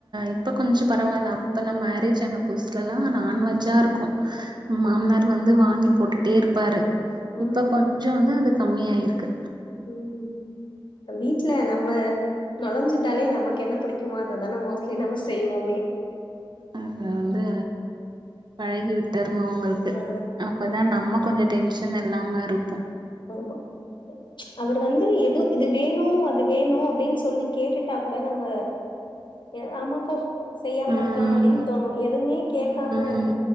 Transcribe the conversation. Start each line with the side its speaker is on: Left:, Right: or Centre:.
Right: இப்போ கொஞ்சோ பரவாயில்ல அப்போல்லாம் மேரேஜ் ஆன புதுஸலலாம் நாான்வெஜ்ஜா இருக்கும் மாமனார் வந்து வாங்கி போட்டுட்டே இருப்பாரு
Left: ம்.
Right: இப்ப கொஞ்சோ வந்து அது கம்மியாயிருக்கு
Left: உம் வீட்டு்ல நம்ம நுழஞ்சுட்டாலே நமக்கு என்ன பிடிக்குமோ அததுதானே மோஸ்ட்லி நம்ம செய்வோமே
Right: அது வந்து பழகி விட்டர்ணு அவுங்களுக்கு
Left: ஆ.
Right: அப்பதா நம்ம கொஞ்சோ டென்ஷன் இல்லாம இருப்போ
Left: ஆமா அவர் வந்து எது இது வேணு அது வேணு அப்டின்னு சொல்லி கேட்டுட்டா கூட நம்ம ஏ ஆமாப் போ செய்யாம
Right: ம்
Left: இருக்கலா அப்டின்னு தோணு எதுமே கேக்காம
Right: ம்